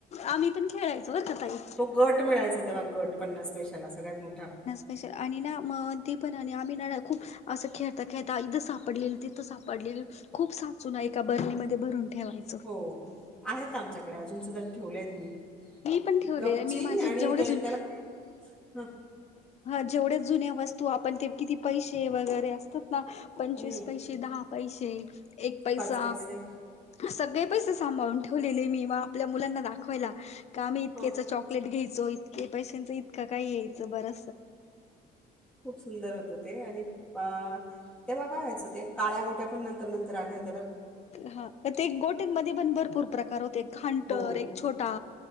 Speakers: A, on the left; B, in the centre.
A: आम्ही पण खेळायचो बर का ताई
B: तो गट मिळायचा तेव्हा गट पन्नास पैशाला सगळ्यात मोठा
A: अ आणि ना मग ते पणा आणि आम्ही ना खूप असं खेळता, खेळता इथं सापडलेलं तिथं सापड पडलेली खूप साचून एका बरणीमध्ये भरून ठेवायची.
B: हो आहेत आमच्याकडे अजून सुद्धा ठेवलेय आहेत मी
A: पण ठेवले
B: कपची
A: मी माझी
B: आणि
A: जेवढे
B: त्या
A: जुन
B: त्याला का ह
A: हा जेवढ्या जुन्या वस्त तू आपण ते किती पैसे वगैरे असतात ना पंचवीस
B: हम्म,
A: पैसे, दहा पैसे एक पैसा
B: पाच पैसे
A: सगळे पैसे सांभाळून ठेवलेले मी वा आपल्या मुलांना दाखव दाखवायला का आम्ही इतक्याच
B: हो
A: चॉकलेट घ्यायचो इतके पैशांचं इतकं काय यायचं बर
B: खूप सुंदर होत ते आणि अ तेव्हा काय व्हायचं ते काळ्या गोट्या पण नंतर, नंतर आल्या होत
A: हा ते गोट्यांमध्ये पण भरपूर प्रकार होते घांटर
B: हो
A: एक छोटा